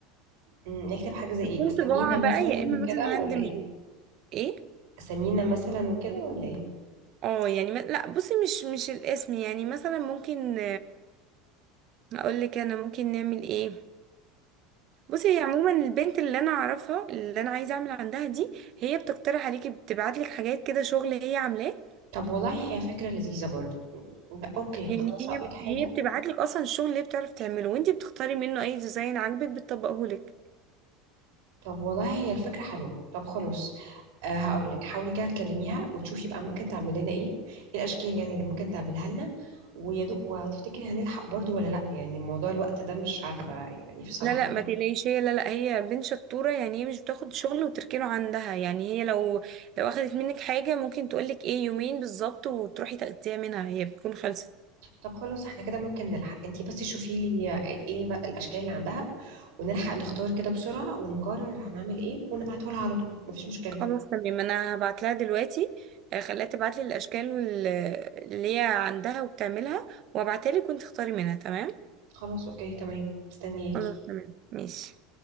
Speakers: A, on the right; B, on the right.
A: م، نكتب حاجة زي ايه
B: بتكون
A: اسامينا
B: طباعه
A: مثلا
B: بقى يا اما
A: وكده
B: مثلا
A: ولا
B: هاند ميد
A: ايه
B: ايه
A: اسامينا مثلا وكده ولا ايه
B: اه يعني ما... لا بصي مش مش الاسم يعني مثلا ممكن اقول لك انا ممكن نعمل ايه بصي هي عموما البنت اللي انا اعرفها اللي انا عايزه اعمل عندها دي هي بتقترح عليكي بتبعت لك حاجات كده شغل هي عاملاه
A: طب والله هي فكرة لذيذة برضو م، ده اوكي
B: يعني
A: خلاص
B: هي
A: هقولك حاجة
B: هي بتبعت لك اصلا الشغل اللي هي بتعرف تعمله وانت بتختاري منه اي ديزاين عاجبك بتطبقه لك
A: طب والله هي الفكرة حلوة طب خلاص أه هقول لك حاولي كده تكلميها وتشوفي بقى ممكن تعمل لنا ايه ايه الاشكال يعني اللي ممكن تعملها لنا ويا دوب وهتفتكري هنلحق برضو ولا لا يعني موضوع الوقت ده مش عارفة يعني في صالحنا
B: لا لا ما تقلقيش هي لا لا هي بنت شطوره يعني هي مش بتاخد شغل وتركنه عندها يعني هي لو لو اخدت منك حاجه ممكن تقول لك ايه يومين بالظبط وتروحي تاخديها منها هي بتكون خلصت
A: طب خلاص احنا كده ممكن نلحق انتي بس شوفي لي آه، ايه الم- الاشكال اللي عندها ونلحق نختار كده بسرعة ونقرر هنعمل ايه ونبعته لها على طول مفيش مشكلة
B: خلاص تمام انا هبعت لها دلوقتي آه، خليها تبعت لي الاشكال وال- اللي هي عندها وبتعملها وابعتها لك وانت تختاري منها تمام
A: خلاص اوكي تمام مستنياكي
B: خلاص تمام ماشي